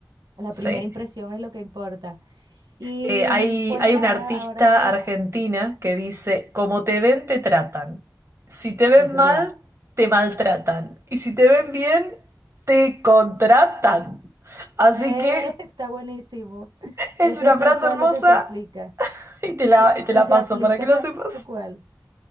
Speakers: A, on the right; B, on the right.
A: la
B: Sí.
A: primera impresión es lo que importa. Y
B: Eh, hay,
A: mm, pues
B: hay
A: nada,
B: una artista
A: ahora me...
B: argentina que dice, como te ven, te tratan. Si te ven
A: Es verdad.
B: mal, te maltratan. Y si te ven bien, te contratan. Así
A: Eh,
B: que
A: <laughs> está buenísimo.
B: es
A: Eso
B: una
A: es tal
B: frase
A: cual
B: hermosa
A: lo que se aplica.
B: y te la,
A: Y,
B: y te
A: y
B: la
A: se
B: paso
A: aplica
B: para que lo
A: ta-
B: sepas.
A: tal cual.